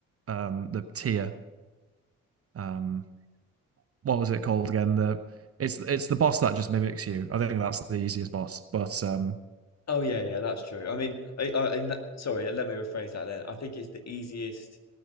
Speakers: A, on the right; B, on the left.
A: um, the tier. Um, what was it called again? The it's it's the boss that just mimics you. I think that's the easiest boss. But um,
B: Oh yeah, yeah, that's true. I mean, I, I in that, sorry, let me rephrase that then. I think it's the easiest